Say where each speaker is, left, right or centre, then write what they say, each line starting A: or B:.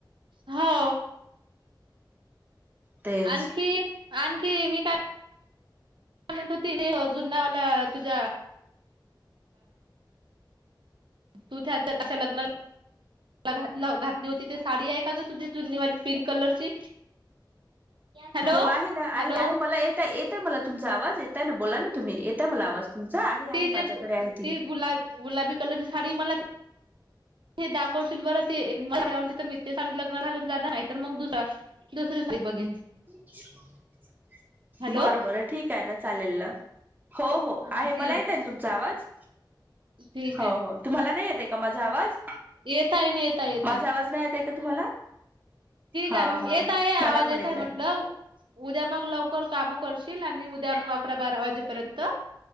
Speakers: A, on the right; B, on the right.
A: हो.
B: तेच
A: आणखी आणखी मी काय? म्हणतो ति अ जुनावाला तुझ्या तू त्या आता त्याच्या लग्नाला ला घात घातली होती ते साडी आहे का ग तुझी जुननीवाली पिंक कलरची हॅलो
B: हो आहे ना
A: हॅलो
B: आहे आहे मला येत येतय मला तुमचा आवाज येत. ना बोला ना तुम्ही येत मला आवाज तुमचा आहे आहे
A: ती जे
B: माझ्याकडे आहे
A: ती गुलाब गुलाबी कलरची साडी मला हे दाखवशील बरं ते मवली तर मित सा लग्न घालून जाणार आहे. तर मग दुसरा दुसरी सरी बघेन.
B: ह.
A: हॅलो
B: बरं बरं ठीक आहे ना चालेल ना हो हो
A: हा
B: आहे
A: ठी
B: मला येत आहे ना तुमचा आवाज
A: ठीक
B: हो हो तुम्हाला नाही येते का माझा आवाज
A: येेतय न येेतय येेतय.
B: माझा आवाज नाही येत आहे का तुम्हाला हा
A: आहे
B: हा
A: येत आहे आवाज
B: मला पण
A: येत
B: येतय.
A: आहे म्हटलं उद्या मग लवकर काम करशील आणि उद्या मग अकरा बारा वाजेपर्यंत